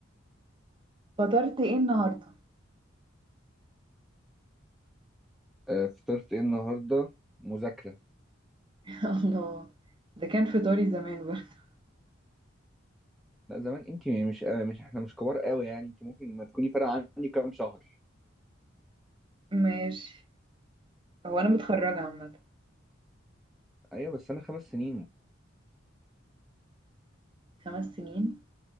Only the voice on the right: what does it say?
فطرت ايه النهاردة <laughs>
الله ده كان فطاري زمان برضه
ماشي هو انا متخرجة عامة
خمس سنين